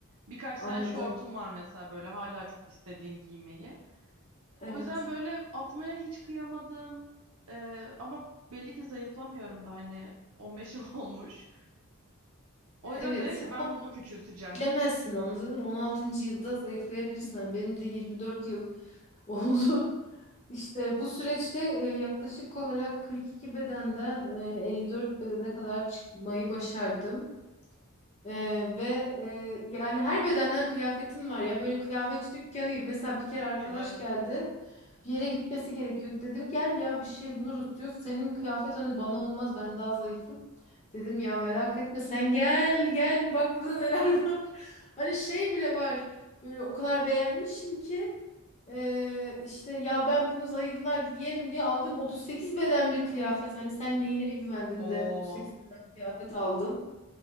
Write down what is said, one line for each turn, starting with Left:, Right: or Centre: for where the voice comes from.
Right: Birkaç
Left: anladım
Right: tane şortum var mesela böyle hala çok istediğim giymeyi.
Left: evet.
Right: O yüzden böyle atmaya hiç kıyamadım. Ee, ama belli ki zayıflamıyorum da hani 15 yıl <laughs> olmuş. O
Left: Evet
Right: yüzden dedim ki ben bunu küçülteceğim
Left: Bilemezsin anladın mı? 16. yılda zayıflayabilirsin. Hani benim de 24 yıl <laughs> oldu. İşte bu süreçte e, yaklaşık olarak 42 bedenden e, 54 bedene kadar çıkmayı başardım. E, ve e, yani her bedenden kıyafetim var ya böyle kıyafetçi dükkanı gibi. Mesela bir kere arkadaş
Right: gibi.
Left: geldi bir yere gitmesi gerekiyor. Dedim gel ya bir şey buluruz diyor. Senin kıyafet hani bana olmaz ben daha zayıfım. Dedim ya merak etme sen gel gel bak burada neler <laughs> var. Hani şey bile var böyle o kadar beğenmişim ki eee, işte ya ben bunu zayıflar giyerim diye aldım 38 beden bir kıyafet. Hani sen neyine güvendin
Right: Oo,
Left: de 38 beden kıyafet aldın.